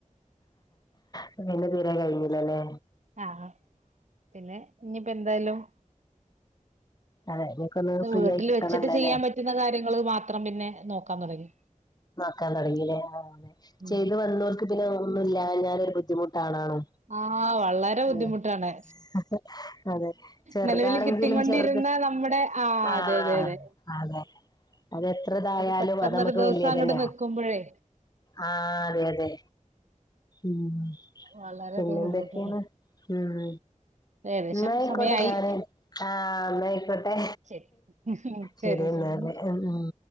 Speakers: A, on the left (about 30°); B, on the right (about 60°).
A: പിന്ന തീരെ കഴിഞ്ഞില്ലല്ലേ
B: ആ ഹ പിന്നെ ഇനിപ്പ എന്തായാലും
A: അതെ ഇങ്ങക്കൊന്ന് ഫ്രീ
B: വീട്ടില്
A: ആയി കിട്ടണല്ലോല്ലേ
B: വെച്ചിട്ട് ചെയ്യാൻ പറ്റുന്ന കാര്യങ്ങള് മാത്രം പിന്നെ നോക്കാൻ തൊടങ്ങി
A: നോക്കാൻ തൊടങ്ങില്ലേ ആഹ് അതെ
B: ഉം
A: ചെയ്ത് വന്നോർക്ക് പിന്നെ ഒന്നും ഇല്ല ഞാനൊരു ബുദ്ധിമുട്ടാണാ അ
B: ആഹ് വളരെ ബുദ്ധിമുട്ടാണ്
A: ല്ലെ അതെ അതെ ചെറുതാണെങ്കിലും
B: നിലവിൽ കിട്ടിക്കൊണ്ടിരുന്ന
A: ചെറ് അതെ
B: നമ്മുടെ
A: ആഹ്
B: അതെ അതെ അതെ
A: അതെ അതെത്രതായാലും
B: പെട്ടെന്നൊരു
A: അത് നമ്മക്ക്
B: ദിവസം
A: വലിയ
B: അങ്ങോട്ട്
A: തന്നയോ
B: നിക്കുമ്പോഴേ
A: ആ അതെ അതെ ഉം
B: വളരെയധികം
A: പിന്നെ
B: ബുദ്ധിമുട്ടുണ്ട്
A: എന്തൊക്കെയാണ് ഉം
B: ഏകദേശം
A: എന്നാ ആയിക്കോട്ടെ
B: സമയായി
A: ഞാന് ആഹ് ന്നാ ആയിക്കോട്ടെ
B: ശരി
A: ശരിയെൻ
B: ശരി ശരി
A: ന്നാ പോട്ടെ അ ഉം